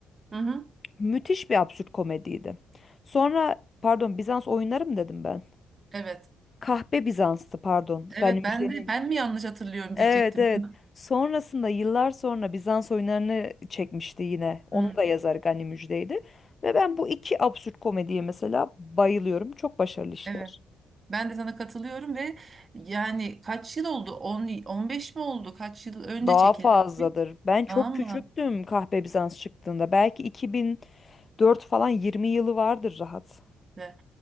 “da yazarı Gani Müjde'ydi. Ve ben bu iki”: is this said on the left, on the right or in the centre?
Left